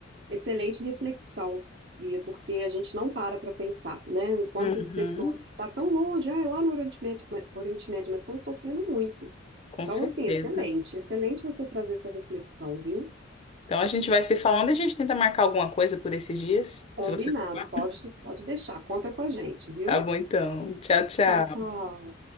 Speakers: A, on the right (about 55°); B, on the left (about 30°).
A: excelente reflexão, Bia, porque a gente não para para pensar, né? Enquanto
B: Uhum,
A: pessoas que estão tão longe, ah, é lá no Oriente Médio, mas- Oriente Médio, mas estão sofrendo muito.
B: com
A: Então,
B: certeza.
A: assim, excelente, excelente você trazer essa reflexão, viu?
B: Então a gente vai se falando e a gente tenta marcar alguma coisa por esses dias,
A: Combinado,
B: se você topar.
A: pode, pode deixar, conta com a gente, viu?
B: Tá bom, então. Tchau, tchau.
A: Tchau, tchau.